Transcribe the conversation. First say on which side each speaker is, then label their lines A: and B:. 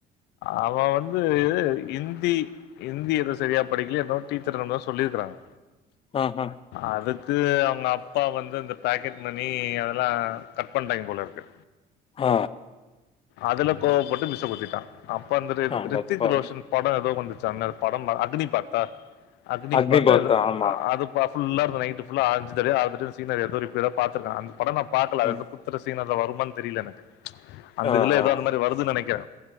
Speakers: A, on the left; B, on the left.
A: அவ வந்து இந்தி இந்தி ஏதோ சரியா படிக்கலயோ என்னவோ டீச்சர் என்னதோ சொல்லிக்குறாங்க
B: ஆ ஆ
A: அதுக்கு அவங்க அப்பா வந்து இந்த பேக்கெட் மணி அதெல்லா கட் பண்டாய்ங்க போல இருக்கு
B: ஆ
A: அதுல கோவப்பட்டு மிஸ்ச குத்திட்டா அப்ப அந்த‌ ரித்
B: அடப்பாவி
A: ரித்திக் ரோஷன் படோ ஏதோ வந்துச்சாமே அது படோ அக்னி பாத்தா அக்னி
B: அக்னிபாத்
A: பாத்தா ஏதோ
B: ஆமா.
A: அது ஃபுல்லா நைட்டு ஃபுல்லா அஞ்சு தடவயோ ஆறு தடவயோ அந்த சீன நெறைய தட ரீப்பீட்டா பாத்துருக்கா அந்த படோ நா பாக்கல அது
B: ம்
A: ஏதோ குத் துற சீன் அதுல வருமான் தெரில எனக்கு அந்த
B: ஆ
A: இதுல
B: ஆ
A: ஏதோ அந்த மாரி வருதுன் நினைக்கிற